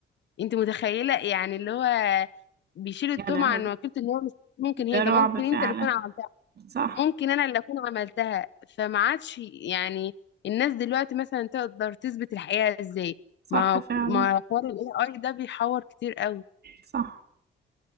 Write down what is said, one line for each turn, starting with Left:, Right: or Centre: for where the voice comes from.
Left: انت متخيلة يعني اللي هو بيشيل التهمة
Right: يا لهوي
Left: عن وكيلة النيابة مش ممكن هي
Right: ده
Left: طب
Right: رعب
Left: ممكن
Right: فعلا
Left: انت اللي تكون عملتها
Right: صح
Left: ممكن انا اللي اكون عملتها فما عادش يعني الناس دلوقتي مثلا تقدر تثبت الحقيقة ازاي
Right: صح
Left: ما
Right: فعلا
Left: ما حوار ال AI ده بيحور كتير قوي
Right: صح